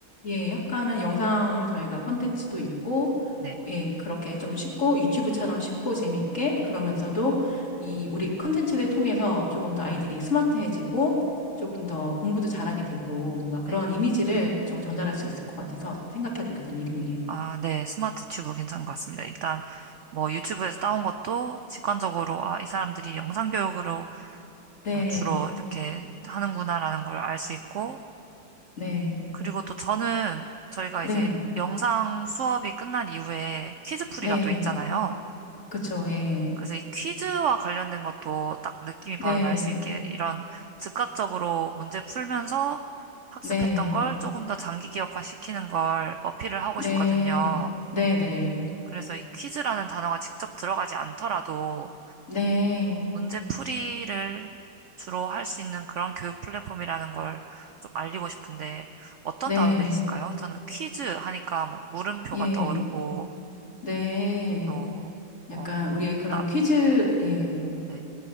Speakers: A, on the left; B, on the right.
A: 예, 약간은 영상 저희가 컨텐츠도 있고,
B: 네,
A: 예, 그렇게 좀 쉽고 유튜브처럼 쉽고 재밌게 그러면서도
B: 네,
A: 이 우리 컨텐츠를 통해서 조금 더 아이들이 스마트해지고 조금 더 공부도 잘하게 되고 뭔가
B: 네.
A: 그런 이미지를 좀 전달할 수 있을 것 같아서 생각해 보게 된 이름이에요.
B: 아, 네, 스마트 튜브 괜찮은 것 같습니다. 일단 뭐 유튜브에서 따온 것도 직관적으로, 아, 이 사람들이 영상 교육으로
A: 네,
B: 어, 주로 이렇게 하는구나라는 걸 알 수 있고,
A: 네,
B: 그리고 또 저는 저희가
A: 네,
B: 이제 영상 수업이 끝난 이후에 퀴즈풀이가
A: 네,
B: 또 있잖아요.
A: 그쵸, 예,
B: 그래서 이 퀴즈와 관련된 것도 딱 느낌이
A: 네.
B: 바로 날 수 있게 이런 즉각적으로 문제 풀면서 학습했던
A: 네,
B: 걸 조금 더 장기 기억화 시키는 걸 어필을 하고
A: 네,
B: 싶거든요.
A: 네 네,
B: 그래서 이 퀴즈라는 단어가 직접 들어가지 않더라도
A: 네, 네,
B: 문제풀이를 주로 할 수 있는 그런 교육 플랫폼이라는 걸 좀 알리고 싶은데 어떤
A: 네,
B: 단어들이 있을까요? 저는 퀴즈 하니까 뭐 물음표가
A: 예,
B: 떠오르고
A: 네.
B: 또뭐
A: 약간 우리의 그런
B: 답,
A: 퀴즈, 예,
B: 네.